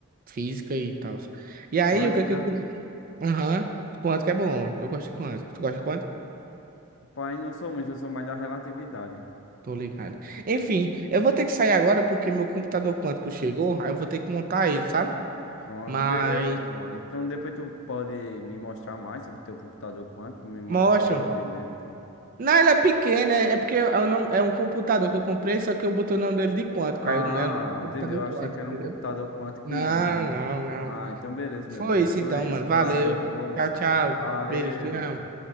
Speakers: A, on the right; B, on the left.
A: física e tal. E aí,
B: Quântica.
A: o que é que eu queria? Aham, quanto que é bom. Eu gosto de quanto. Tu gosta de quanto?
B: Pai, não sou muito, eu sou mais da relatividade.
A: Tô ligado. Enfim, eu vou ter que sair agora porque meu computador quântico chegou, aí eu vou ter que montar ele, sabe?
B: Pronto,
A: Mas
B: beleza, meu mano. Então depois tu pode me mostrar mais sobre teu computador quântico, me mostrar
A: mostra
B: o tamanho dele, então.
A: Não, ele é pequeno, é é porque é um, nome- é um computador que eu comprei, só que eu botei o nome dele de quântico,
B: Ah,
A: aí eu, é um computador
B: entendeu? Eu
A: quântico,
B: Achei que era
A: entendeu?
B: um computador quântico
A: Não,
B: mesmo.
A: não, não.
B: Ah, então beleza, meu
A: Foi
B: mano.
A: isso
B: Então
A: então,
B: é
A: mano.
B: isso.
A: Valeu.
B: Valeu, vou almoçar.
A: Tchau, tchau.
B: Valeu.
A: Beijo, te amo.